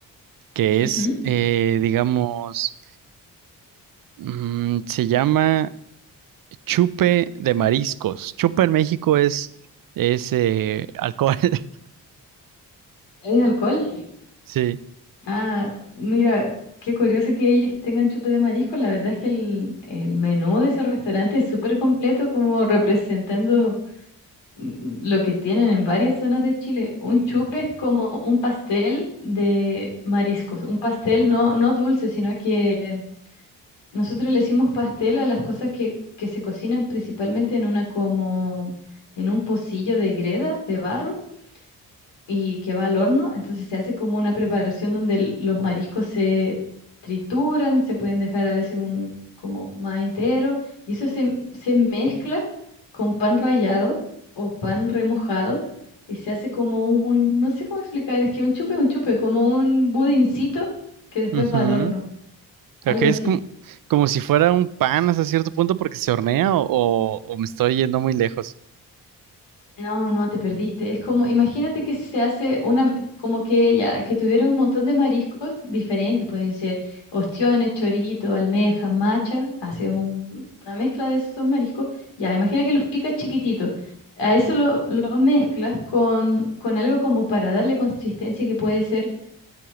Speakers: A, on the right (about 50°); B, on the left (about 75°).
A: que
B: ujú.
A: es, eh, digamos, mm, se llama chupe de mariscos. Chupe en México es, es eh, alcohol, <laughs>
B: ¿Es alcohol?
A: sí.
B: Ah, mira, qué curioso que ellos tengan chupe de marisco. La verdad es que el, el menú de ese restaurante es súper completo, como representando mm, lo que tienen en varias zonas de Chile. Un chupe es como un pastel de mariscos, un pastel no, no dulce, sino que nosotros le decimos pastel a las cosas que, que se cocinan principalmente en una como en un pocillo de greda, de barro y que va al horno. Entonces se hace como una preparación donde el- los mariscos se trituran, se pueden dejar a veces un como más entero y eso se, se mezcla con pan rallado o pan remojado y se hace como un, no sé cómo explicar, es que un chupe, un chupe, como un budincito que después
A: Ujú.
B: va al horno, algo
A: Creo
B: así.
A: es como, como si fuera un pan hasta cierto punto porque se hornea o, o- o me estoy yendo muy lejos.
B: No, no, te perdiste. Es como, imagínate que se hace una, como que ya, que tuviera un montón de mariscos diferentes, pueden ser ostiones, chorito, almejas, macha, hace un- una mezcla de esos mariscos. Ya, imagina que los picas chiquititos. A eso lo, lo mezclas con, con algo como para darle consistencia que puede ser